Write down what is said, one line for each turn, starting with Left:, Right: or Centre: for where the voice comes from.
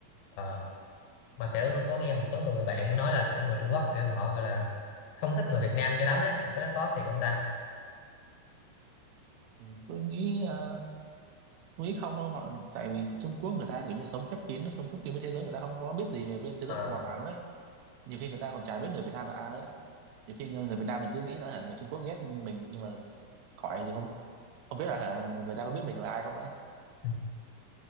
Left: ờ. mà kiểu tôi có nghe một số người bạn nói là kiểu người Trung Quốc kiểu họ gọi là không thích người Việt Nam cho lắm ấy kiểu cái đó có thiệt không ta
Right: ừ, tôi nghĩ ờ, tôi nghĩ không đâu mà tại vì Trung Quốc người ta kiểu như sống khép kín nó sống khép kín với thế giới người ta không có biết gì về bên thế
Left: Ờ.
Right: giới bên ngoài luôn ấy nhiều khi người ta còn chả biết người Việt Nam là ai ấy. nhiều khi người, người Việt Nam mình cứ nghĩ là hả, người Trung Quốc ghét mình nhưng mà khỏi thì không không biết là hả, người ta có biết mình là ai không nữa
Left: Ừ.